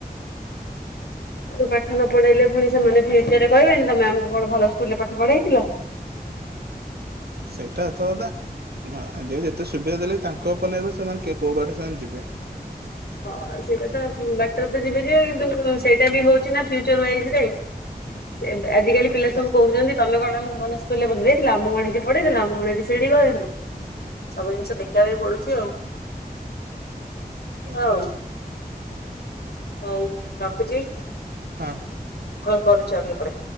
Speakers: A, on the left; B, on the right.
A: ପୁଣି ପାଠ ନ ପଢେଇଲେ ପୁଣି ସେମାନେ ଫ୍ୟୁଚରେ କହିବେନି ତମେ ଆମକୁ କଣ ଭଲ ସ୍କୁଲ ରେ ପାଠ ପଢେଇଥିଲ। <inaudible>
B: ସେଇଟା ତ ଯା ଆଜିକାଲି ଯେତେ ସୁବିଧା ଦେଲେ ତା ଙ୍କ ଉପରେ ନିର୍ଭର ସେମାନେ କେ କୋଉବାଟେ ସେମାନେ ଯିବେ।
A: ହଁ ସେଇଟା ତ ବାଟରେ ତ ଯିବେ ଯିବେ କିନ୍ତୁ ସେଇଟା ବି ହଉଛି ନା ଫିୟୁଚର ୱାଇଯିରେ। ସେ ଆଜିକାଲି ପିଲା
B: ହଁ
A: ସବୁ କହୁଛନ୍ତି ତମେ କଣ ଆମକୁ ଭଲ ସ୍କୁ ଲ ରେ ବୁଝିଦେଇ ଥିଲ ଆମକୁ କଣ ସେଠି ପଢେଥିଲି ଆମକୁ କଣ ଏଠି ସେଠି ଗଳେଇଥିଲା। ସବୁ ଜିନିଷ ଦେଖିବା ପାଇଁ ପଡ଼ୁଛି ଆଉ।
B: ଏଁ
A: ଆଉ
B: ଅ।
A: ହଉ ରଖୁଚି।
B: ହଁ।
A: କଲ୍ କରୁଚି ଆଉ ଟିକେ ପରେ।